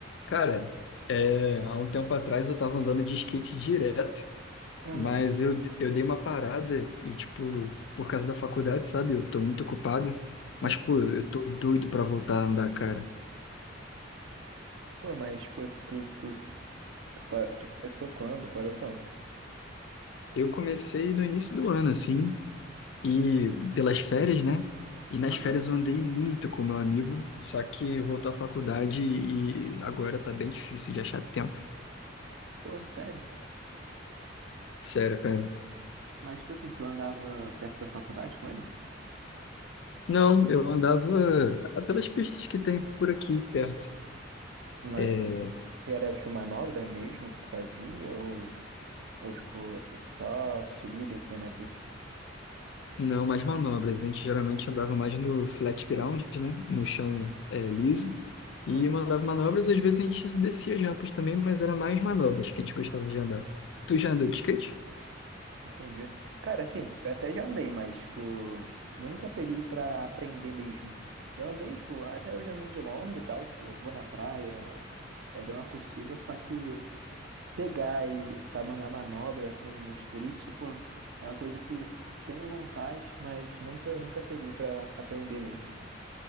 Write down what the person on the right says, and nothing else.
Aham,
sim.
Pô, mas, tipo, tu, tu, tu, parou, tu começou quando? Parou quando?
Aham.
Pô, sério.
Mas, tipo assim, tu andava perto da faculdade com ele?
Mas
era, tipo, manobra mesmo que tu fazia? Ou, ou tipo, só subia e descia na pista?
Aham.
Entendi. Cara, assim, eu até já andei, mas, tipo, nunca peguei pra aprender mesmo. Eu andei, tipo, até hoje ando de longa e tal, tipo, vou na praia, é, dou uma curtida, só que pegar e para mandar manobra com o street, pô, é uma coisa que tenho vontade, mas nunca nunca peguei para aprender mesmo.